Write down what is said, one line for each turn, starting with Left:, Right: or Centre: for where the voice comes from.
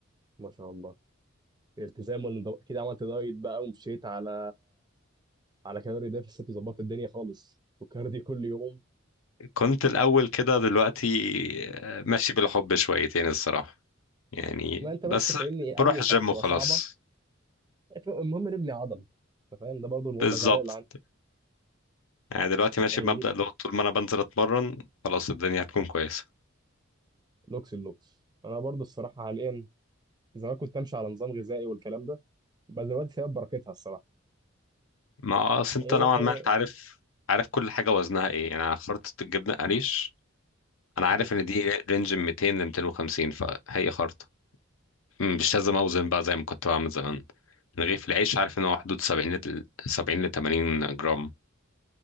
Right: ما شاء الله التزام والنظام اكيد عملت دايت بقى ومشيت على على كالوري ديفيسيت وظبطت الدنيا خالص وكارديو كل يوم
Left: كنت الأول كده دلوقتي آه، ماشي بالحب شويتين الصراحة يعني
Right: ما انت
Left: بس
Right: بس فاهمني ايه
Left: بروح
Right: اول
Left: الجيم
Right: خطوه
Left: وخلاص
Right: تبقى صعبه المهم نبني عضل انت فاهم ده برضو
Left: بالظبط
Right: النظريه اللي عندي
Left: يعني دلوقتي ماشي
Right: يعني
Left: بمبدأ لو طول ما انا بنزل اتمرن خلاص الدنيا هتكون كويسة
Right: لوكس اللوكس انا برضو الصراحه حاليا زمان كنت امشي على نظام غذائي والكلام ده بس دلوقتي سبب بركتها الصراحه
Left: ما اصل انت
Right: ايه
Left: نوعا ما انت عارف عارف كل حاجة وزنها ايه يعني أنا خرطة الجبنة قريش انا عارف
Right: مم.
Left: ان دي رينج من 200 ل 250 فهي خرطة أمم، مش لازم اوزن بقى زي ما كنت بعمل زمان رغيف العيش عارف ان هو حدود 70 ل 70 ل 80 جرام